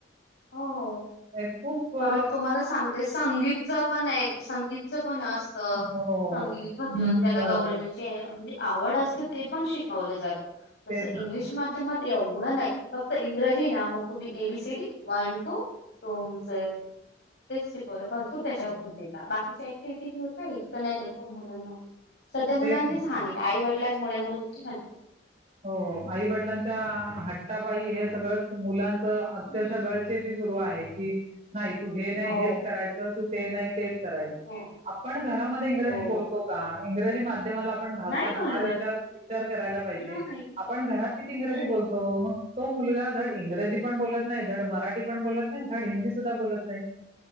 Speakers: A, on the left; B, on the right.
A: हो
B: हे खूप
A: परत
B: अ
A: तुम्हाला सांगते संगीतच पण आहे संगीत पण असत
B: हो,
A: संगीत भजन त्याला
B: बरोबर.
A: गालचे <unintelligible> म्हणजे आवड असल ते पण शिकवलं जात जस
B: तेच
A: इंग्लिश
B: ना,
A: माध्यमात एवढं नाही फक्त इंग्रजी ना मग तुम्ही एबीसीडी वन टू च तेच शिकवलं भरपूर त्याच्यावर भर देता. बाकीच्या ऍक्टिव्हटीत होता. इतक नाही देत मुलांना सध्या मुलांचीच
B: तेच ना.
A: हानी आई वडिलां मुळे मुले ह
B: हो.. आई वडिलांच्या हट्टापाइ हे सगळ मुलां अक्षरशः
A: झाली.
B: गळचेपीच हो हो आहे की नाही तू हे नाही
A: हो.
B: हेच करायचं तू ते नाही ते करायच
A: हो.
B: आपण घरामध्ये इंग्रजी
A: हो.
B: बोलतो का? इंग्रजी माध्य मला आपण घालताना
A: नाही बोलत
B: हा विचार विचार करायला पाहिजे.
A: नाही.
B: आपण घरात किती इंग्रजी
A: हो.
B: बोलतो मग तो मुलगा धड इंग्रजी पण बोलत नाही, धड मराठी पण बोलत नाही, धड हिंदी सु सुद्धा बोलत नाही